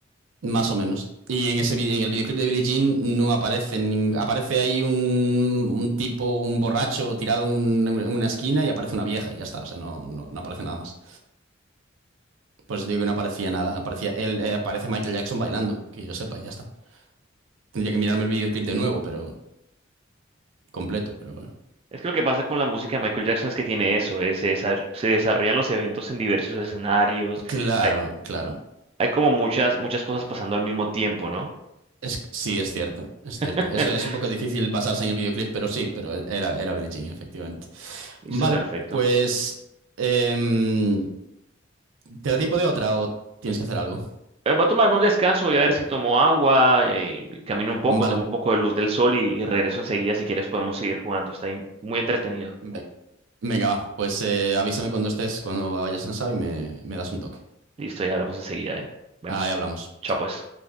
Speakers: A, on the right (about 80°); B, on the right (about 30°).
A: más o menos. Y en ese vide- en el videoclip de Billie Jean no aparece, nin- aparece ahí un, un tipo, un borracho tirado en, un- en una esquina y aparece una vieja y ya está, o sea, no, no, no aparece nada más. Por eso digo que no aparecía nada. Aparecía él, eh, aparece Michael Jackson bailando, que yo sepa, y ya está. Tendría que mirarme el videoclip de nuevo, pero completo, pero bueno.
B: Es que lo que pasa con la música de Michael Jackson es que tiene eso, eh, Se desar- se desarrollan los eventos en diversos escenarios.
A: Claro,
B: Hay,
A: claro.
B: hay como muchas, muchas cosas pasando al mismo tiempo, ¿no?
A: Es, sí, es cierto, es cierto.
B: <laughs>
A: Eso es un poco difícil basarse en el videoclip, pero sí, pero era, era Billie Jean, efectivamente.
B: Listo,
A: Vale,
B: perfecto.
A: pues em, ¿te da tiempo de otra o tienes que hacer algo?
B: Eh, Voy a tomarme un descanso, voy a ver si tomo agua, eh, camino un poco,
A: Vale.
B: tomo un poco de luz del sol y, y regreso enseguida. Si quieres, podemos seguir jugando. Está in- muy entretenido.
A: ve- Venga, va. Pues eh, avísame cuando estés, cuando vayas cansado y me, me das un toque.
B: Listo, ya hablamos enseguida, ¿eh? Vemos.
A: Ahí hablamos.
B: Chao,
A: Chao.
B: pues.